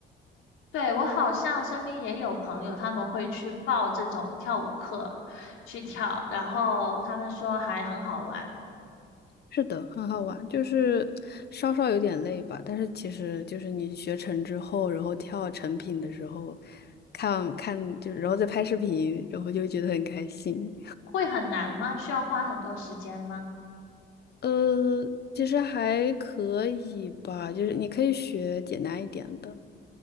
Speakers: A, on the left; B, on the left.
A: 对，我好像身边也有朋友，他们会去报这种跳舞课去跳，然后他们说还很好玩。
B: 是的，很好玩，就是稍稍有点累吧，但是其实就是你学成之后，然后跳成品的时候，看看就然后再拍视频，然后就会觉得很开心。
A: 会很难吗？需要花很多时间吗？
B: 呃，其实还可以吧，就是你可以学简单一点的，